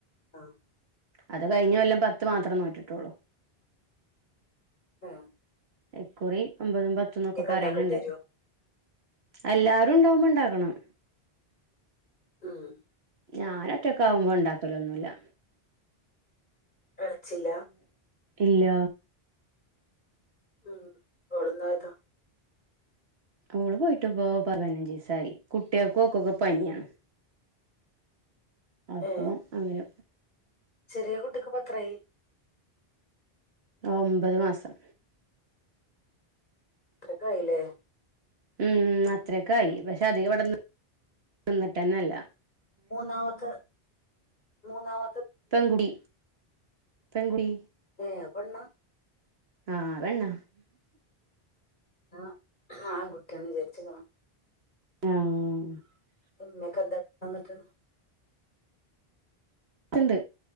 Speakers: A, on the left; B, on the right.
A: ആഹ്
B: അത് കഴിഞ്ഞൊല്ലം പത്ത് മാത്രം നോറ്റ് ട്ടുള്ളു
A: ആഹ്
B: ഏഹ് ക്കുറി ഒമ്പതും പത്തുന്നൊക്കെ പറിണണ്ട്
A: ഉണ്ടാക്കേണ്ടി വരുവോ
B: എല്ലാരും ഉണ്ടാവുമ്പണ്ടാവും ക്കണം
A: ഉം
B: ഞാൻ ഒറ്റക്കാവുമ്പൊ ഇണ്ടാക്കലൊന്നുല്ല
A: എളെച്ചില്ലാ
B: ഇല്ല
A: ഉം ഓള് എന്നോയതാ
B: ഓള് പോയിട്ട്പ്പൊ പ പതിനഞ്ചീസായി കുട്ട്യെള്ക്കും ഓക്കൊക്കേ പനിയാ അപ്പം
A: ഏ
B: അങ്ങനെ
A: ചെറിയ കുട്ടിക്ക് ഇപത്രായി?
B: ഒ ഒമ്പത് മാസം.
A: അത്രക്കായില്ലേ.
B: ഉം അ അത്രക്കായി പക്ഷെ അധിക ഇവട്ന്ന് വന്നിട്ടന്നല്ല.
A: മൂന്നാമക് മൂന്നാമ
B: പെങ്കുടി പെങ്കുടി
A: ഏ പെണ്ണാ
B: ആഹപെണ്ണ
A: ആഹ ആൺകുട്ടിയാണ് വിചാരിച്ചതോ
B: ആഹ
A: ഉമ്മക്കെ എന്ത വന്നിട്ട്?
B: ഇണ്ട്